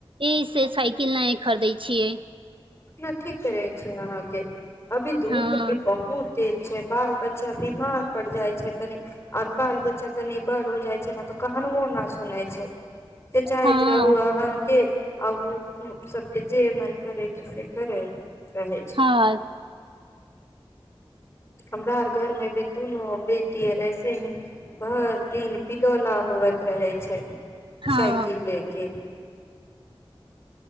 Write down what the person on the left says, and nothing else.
हम ठीक करै छीियै अहाँके अभी धूप
भी बहुत तेज छै बाल बच्चा बिमार पड़ जाइ छै तनि आर बाल बच्चा तनि बड़ हो जाइ छै ने तऽ कहनओ नहि सुनै छै से चाहैत
रहुहाँ के अ ओ सभके ज मन कररे क से करै रहै छै
हमरार घर मे भी दुननो बेटी ह ऐसे ही भरि दिन पिलौला होवत रहे छै
साइकिल ले के